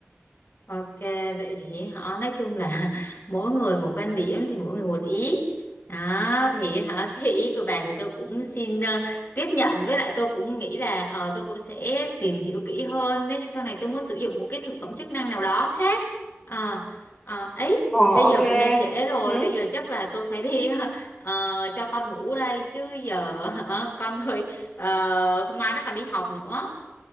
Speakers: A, on the left; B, in the centre.
A: Ok vậy thì họ nói chung là <laughs> mỗi người một quan điểm thì mỗi người một ý đó thì hả <laughs> cái ý của bà thì tôi cũng xin ờ, tiếp nhận với lại tôi cũng nghĩ là ờ, tôi cũng sẽ tìm hiểu kỹ hơn nếu như sau này tôi muốn sử dụng một cái thực phẩm chức năng nào đó khác Ờ, ờ, ấy
B: Ồ
A: bây
B: ok.
A: giờ cũng đã trễ rồi
B: Ừ.
A: bây giờ chắc là tôi phải đi <laughs> ờ, cho con ngủ đây chứ giờ hả, con thôi ờ, mai nó còn đi học nữa